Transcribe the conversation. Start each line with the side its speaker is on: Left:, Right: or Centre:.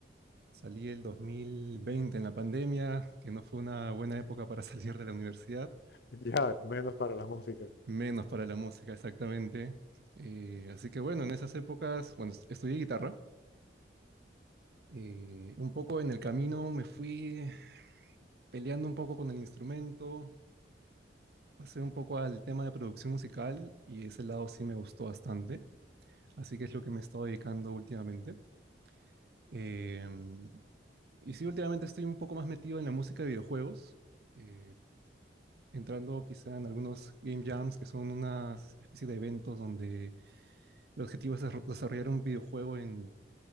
Right: salí el 2020 en la pandemia, que no fue una buena época para <laughs> salir de la universidad,
Left: <laughs> Ya, menos para la música.
Right: menos para la música exactamente. Eh, así que bueno, en esas épocas, bueno, estudié guitarra. Eh, un poco en el camino me fui peleando un poco con el instrumento, pasé un poco al tema de producción musical y ese lado sí me gustó bastante, así que es lo que me he estado dedicando últimamente. Em, y sí, últimamente estoy un poco más metido en la música de videojuegos, eh, entrando quizá en algunos game jams que son unas especie de eventos donde el objetivo es desar- desarrollar un videojuego en,